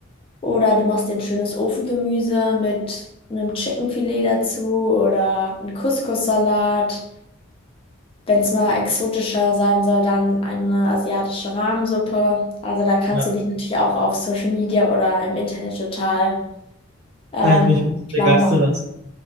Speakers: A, on the left (about 25°); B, on the right (about 85°).
A: Oder du machst dir ein schönes Ofengemüse mit einem Chickenfilet dazu oder einen Couscous-Salat. Wenn es mal exotischer sein soll, dann eine asiatische Rahmsuppe. Also da kannst
B: Ja,
A: du dich natürlich auch auf Social Media oder im Internet total ähm,
B: kann ich mich ein bisschen begeistern
A: schlau machen.
B: lassen.